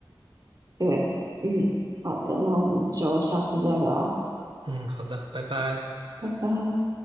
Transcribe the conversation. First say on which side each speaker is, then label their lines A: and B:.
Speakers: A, on the right; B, on the right.
A: 对，嗯，好的，那我们就下次再聊，
B: 嗯，好的，拜拜。
A: 拜拜。